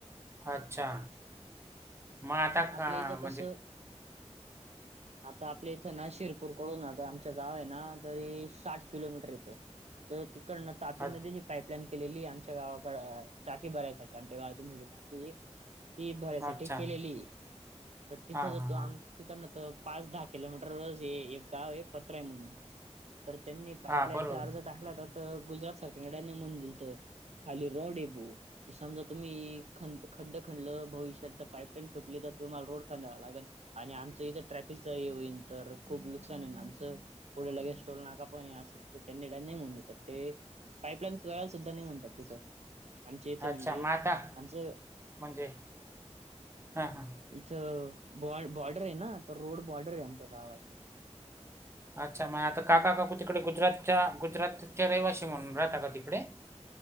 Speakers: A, on the right; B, on the right.
A: अच्छा. मग
B: आता आपल्या
A: अ,
B: हितं
A: म्हणजे
B: कसं. आपल्या इथं ना शिरपूर कडून आता आमच गाव आहे ना तरी साठ किलोमीटर येतं. तर तिकडन तापी
A: अ,
B: नदी ची पाईपलाईन केलेली आमच्या गावाकडे टाकी भरायसाठी आमच्या गावाची मुठी टाकी- ही भरायसाठी
A: अच्छा.
B: केलेली आहे तर तिथं
A: हां,
B: जातो
A: हां, हां.
B: आम- तिकडनं त- पाच, दहा किलोमीटर गाव आहे पत्रय म्हणून. तर त्यांनी पाईपलाईनचा
A: हां, बरोबर.
B: अर्ज टाकला तर तर गुजरात सरकार न मंजूर केलंत. खाली रोड आहे भाऊ समजा तुम्ही खड्डा खांदला भविष्यात जर- पाईपलाईन फुटले तर तुम्हाला रोड खांदावा लागल. आणि आमचं इथं ट्रॅफिकच हे होईल तर खूप नुकसान होईल आमचं. पुढे लगेच टोल नाका पण असं त्यांनी नाही म्हटलं तर ते- पाईपलाईन सुद्धा नाही तिथं आमच इथं म्हणजे
A: अच्छा मग आता
B: आमचं-
A: म्हणजे हा हा.
B: इथं बॉ बॉर्डर आहे ना तर रोड बॉर्डर आहे आमच्या गावाची.
A: अच्छा मग आता काका काकू तिकडे गुजरातच्या गुजरातच्या रहिवाशी म्हणून राहता का? तिकडे